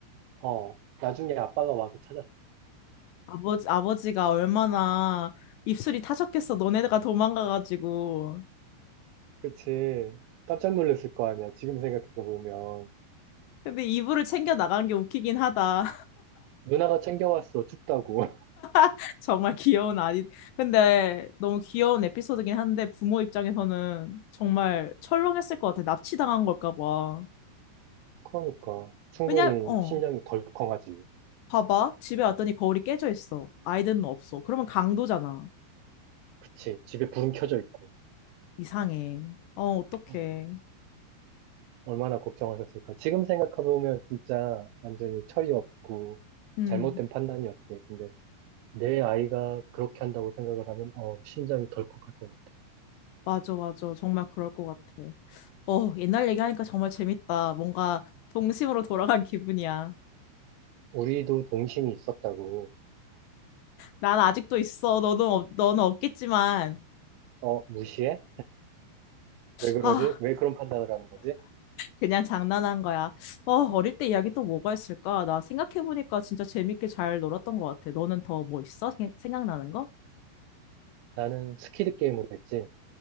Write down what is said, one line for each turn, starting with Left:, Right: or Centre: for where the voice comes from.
Right: 어, 나중에 아빠가 와서 찾았어.
Left: 아버지, 아버지가 얼마나 입술이 타셨겠어. 너네가 도망가가지고.
Right: 그렇지. 깜짝 놀랐을 거 아니야. 지금 생각해 보면.
Left: 근데 이불을 챙겨 나간 게 웃기긴 하다.
Right: 누나가 챙겨왔어, 춥다고. <laughs>
Left: <laughs> 정말 귀여운 아이. 근데 너무 귀여운 에피소드긴 한데 부모 입장에서는 정말 철렁했을 것 같아. 납치당한 걸까 봐.
Right: 그러니까, 충분히
Left: 왜냐, 어,
Right: 심장이 덜컹하지.
Left: 봐봐. 집에 왔더니 거울이 깨져 있어. 아이들은 없어. 그러면 강도잖아.
Right: 그치, 집에 불은 켜져 있고.
Left: 이상해. 어, 어떡해.
Right: 어, 얼마나 걱정하셨을까. 지금 생각해보면 진짜 완전히 철이 없고,
Left: 음.
Right: 잘못된 판단이었지. 근데 내 아이가 그렇게 한다고 생각을 하면, 어, 심장이 덜컥할 것 같아.
Left: 맞아, 맞아. 정말 그럴 것 같아. 어, 옛날 얘기하니까 정말 재밌다. 뭔가 동심으로 돌아간 기분이야.
Right: 우리도 동심이 있었다고.
Left: 난 아직도 있어. 너는, 없- 너는 없겠지만.
Right: 어, 무시해? 왜 그러지?
Left: 아,
Right: 왜 그런 판단을 하는 거지?
Left: 그냥 장난한 거야. 어, 어릴 때 이야기 또 뭐가 있을까? 나 생각해보니까 진짜 재밌게 잘 놀았던 것 같아. 너는 더 뭐 있어? 생- 생각나는 거?
Right: 나는 스키드 게임을 했지.